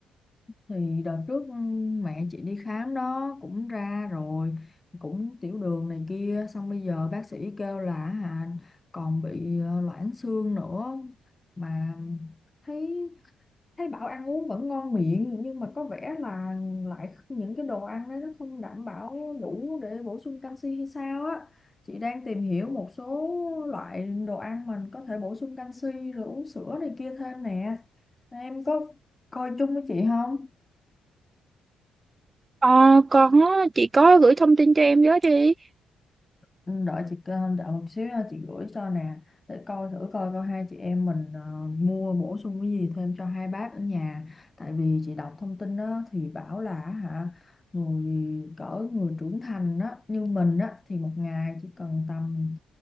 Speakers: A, on the left; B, on the right.
A: thì đợt trước ừm, mẹ chị đi khám đó cũng ra rồi cũng tiểu đường này kia xong bây giờ bác sĩ kêu là hà còn bị ờ, loãng xương nữa mà thấy thấy bảo ăn uống vẫn ngon miệng nhưng mà có vẻ là lại những cái đồ ăn đấy nó không đảm bảo đủ để bổ sung canxi hay sao á chị đang tìm hiểu một số loại đồ ăn mình có thể bổ sung canxi rồi uống sữa này kia thêm nè em có coi chung với chị không
B: Ờ, con á, chị có gửi thông tin cho em với đi.
A: Ừ, đợi chị kêu- đợi một xíu ha, chị gửi cho nè để coi thử coi coi hai chị em mình ờ, mua bổ sung cái gì thêm cho hai bác ở nhà tại vì chị đọc thông tin đó, thì bảo là hả người cỡ người trưởng thành đó như mình á thì một ngày chỉ cần tầm